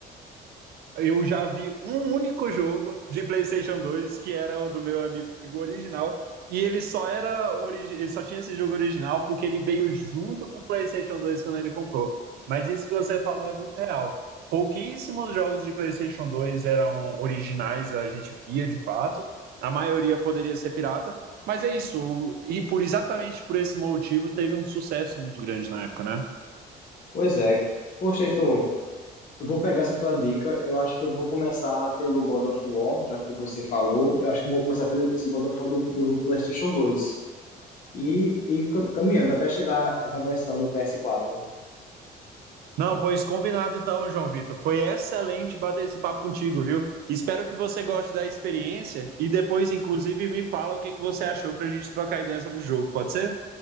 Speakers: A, on the right; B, on the left.
A: Eu já vi um único jogo de PlayStation 2 que era o do meu amigo original. E ele só era origi... ele só tinha esse jogo original porque ele veio junto com o PlayStation 2 quando ele comprou. Mas isso que você falou é muito real. Pouquíssimos jogos de PlayStation 2 eram originais, a gente via de fato. A maioria poderia ser pirata, mas é isso. E por exatamente por esse motivo teve um sucesso muito grande na época, né?
B: Pois é. Poxa, Heitor, eu vou pegar essa tua dica. Eu acho que eu vou começar pelo God of War, já que você falou. Eu acho que eu vou começar pelo esse God of War do, do PlayStation 2. E, e cam- caminhando até chegar essa versão do PS4.
A: Não, pois combinado então, João Vitor. Foi excelente bater esse papo contigo, viu? Espero que você goste da experiência e depois, inclusive, me fala o que que você achou para a gente trocar ideia sobre o jogo, pode ser?